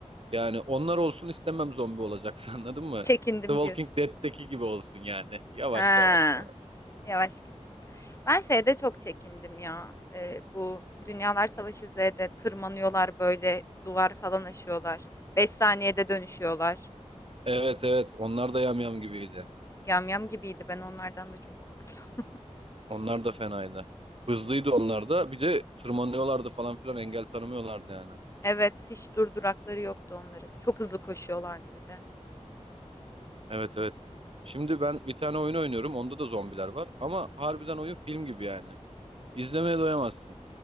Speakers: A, on the right (about 50°); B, on the left (about 25°).
A: Yani onlar olsun istemem zombi olacaksa <laughs> anladın mı?
B: çekindim
A: The Walking
B: diyorsun.
A: Dead'teki gibi olsun yani. Yavaş
B: Ha,
A: yavaş yavaş.
B: yavaş gitsin. Ben şeyde çok çekindim ya. Ee, bu Dünyalar Savaşı Z'de tırmanıyorlar böyle duvar falan aşıyorlar. 5 saniyede dönüşüyorlar.
A: Evet evet onlar da yamyam gibiydi.
B: Yamyam gibiydi. Ben onlardan da çok korktum. <laughs>
A: Onlar da fenaydı. Hızlıydı onlar da. Bir de tırmanıyorlardı falan filan engel tanımıyorlardı yani.
B: Evet, hiç durdurakları yoktu onların. Çok hızlı koşuyorlardı bir de.
A: Evet evet. Şimdi ben bir tane oyun oynuyorum. Onda da zombiler var. Ama harbiden oyun film gibi yani. İzlemeye doyamazsın.